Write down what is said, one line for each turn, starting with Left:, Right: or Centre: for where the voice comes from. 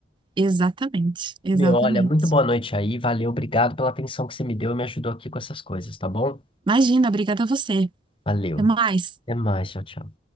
Right: Exatamente, exatamente.
Left: Meu, olha, muito boa noite aí, valeu, obrigado pela atenção que você me deu e me ajudou aqui com essas coisas, tá bom?
Right: Imagina, obrigada a você.
Left: Valeu.
Right: Até mais.
Left: Até mais, tchau, tchau.